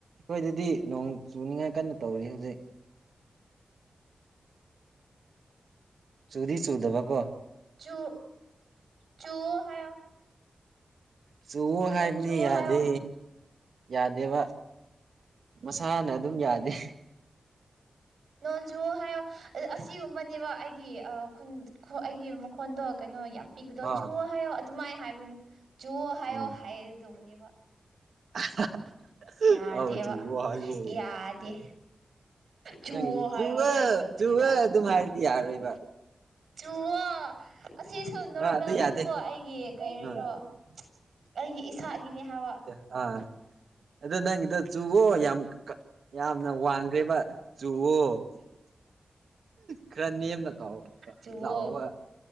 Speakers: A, on the right (about 70°); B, on the right (about 85°).
A: ꯍꯣꯏꯗꯨꯗꯤ ꯅꯣꯡ ꯆꯨꯅꯤꯡꯉꯥꯏ ꯀꯟꯅ ꯇꯧꯔꯤ ꯍꯧꯖꯤꯛ ꯆꯨꯗꯤ ꯆꯨꯗꯕꯀꯣ
B: ꯆꯨ ꯆꯨꯋꯣ ꯍꯥꯏꯌꯣ
A: ꯆꯨꯋꯣ ꯍꯥꯏꯕꯅꯤ
B: ꯅꯣꯡ ꯆꯨꯋꯣ
A: ꯌꯥꯗꯦ
B: ꯍꯥꯏꯌꯣ
A: ꯌꯥꯗꯦꯕ ꯃꯁꯥꯅ ꯑꯗꯨꯝ ꯌꯥꯗꯦ
B: ꯅꯣꯟ ꯆꯨꯋꫭ ꯍꯥꯏꯌꯣ ꯑꯗꯨ ꯑꯁꯤꯒꯨꯝꯕꯅꯦꯕ ꯑꯩꯒꯤ ꯑꯥ ꯈꯨꯟ ꯈꯣ ꯑꯩꯒꯤ ꯃꯈꯣꯟꯗꯣ ꯀꯩꯅꯣ ꯌꯥꯝ ꯄꯤꯛꯄꯗꯣ
A: ꯑꯥ
B: ꯆꯨꯋꫭ ꯍꯥꯏꯌꯣ ꯑꯗꯨꯃꯥꯏ ꯍꯥꯏꯕꯩꯅꯦ ꯆꯨꯋꫭ ꯍꯥꯏꯌꯣ
A: ꯎꯝ
B: ꯍꯥꯏꯗꯧꯅꯦꯕ
A: <unintelligible>
B: ꯌꯗꯦꯕꯥ
A: ꯑꯧ ꯆꯨꯋꯣ ꯍꯥꯏꯌꯣ
B: ꯌꯥꯗꯦ ꯆꯨꯋꯣ
A: ꯅꯪ
B: ꯍꯥꯏꯌꯣ
A: ꯁꯨ
B: ꯍꯥꯏꯒꯗꯧꯕꯅꯦꯕ
A: ꯆꯨꯍꯨꯏ ꯑꯗꯨꯝ ꯍꯥꯏꯔꯗꯤ ꯌꯥꯔꯣꯏꯕ
B: ꯆꯨꯉꯣ ꯑꯁꯤꯁꯨ ꯅꯣꯔꯃꯦꯜꯅꯦꯕꯀꯣ
A: ꯑꯥ ꯑꯗꯨ ꯌꯥꯗꯦ
B: ꯑꯩꯒꯤ ꯀꯩꯔꯤꯔꯣ
A: ꯑꯥ
B: ꯑꯩꯒꯤ ꯏꯁꯥꯒꯤꯅꯦ ꯍꯥꯏꯋꯥ
A: ꯑ ꯑꯗ ꯅꯪꯒꯤꯗꯣ ꯆꯨꯒꯣ ꯌꯥꯝ ꯀ ꯌꯥꯝꯅ ꯋꯥꯡꯒ꯭ꯔꯦꯕ ꯆꯨꯋꯣ ꯈꯔ ꯅꯦꯝꯅ ꯀꯥꯎꯑꯣ
B: ꯆꯨꯋꯣ
A: ꯂꯥꯛꯑꯣꯕ